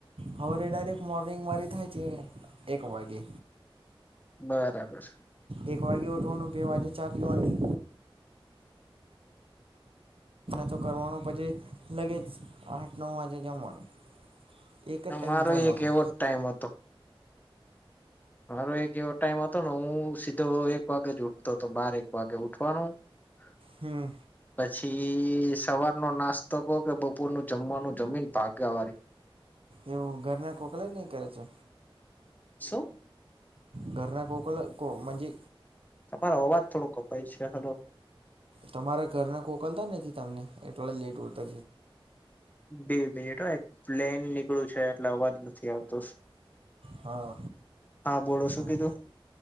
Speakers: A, on the right; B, on the left.
A: હવારે ડાયરેક્ટ મોર્નિંગ મારી થાય છે એક વાગે
B: બરાબર
A: એક વાગે ઉઠવાનું બે વાગે ચા પીવાની તો કરવાનો પછી લગે જ આઠ નવ વાગે જમવાનું એક ટાઈમ
B: મારો
A: જમવાનું
B: એક એવો જ ટાઈમ હતો મારો એક એવો ટાઈમ હતો ને હું સીધો એક વાગે જ ઉઠતો હતો બાર એક વાગે ઉઠવાનું <inaudible>
A: હમ્મ
B: પછી સવારનો નાસ્તો કહો કે બપોર નું જમવાનું જમીને ભાગા વરી
A: એવું ઘરના કોકલે જ નહીં કરે છે
B: શું
A: ઘરના કોકલા કો મનજે
B: તમારો અવાજ થોડો કપાય છે હલો
A: તમારા ઘરને કોકલતા નથી તમને એટલે લેટ ઊઠતો
B: બે મિનિટ હો એક પ્લેન નીકળું છે, એટલે અવાજ નથી આવતો સા
A: હા
B: બોલો
A: <unintelligible>
B: શું કીધું